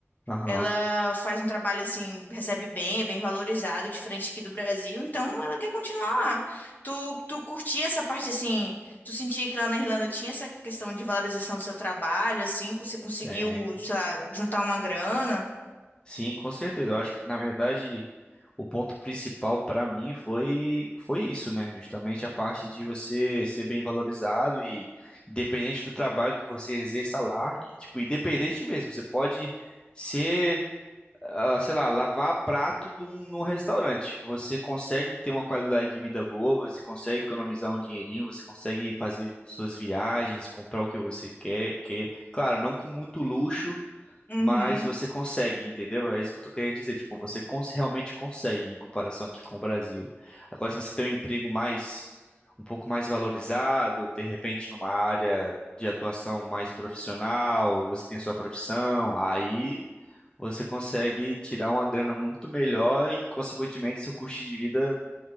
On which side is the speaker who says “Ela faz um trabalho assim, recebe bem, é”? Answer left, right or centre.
Left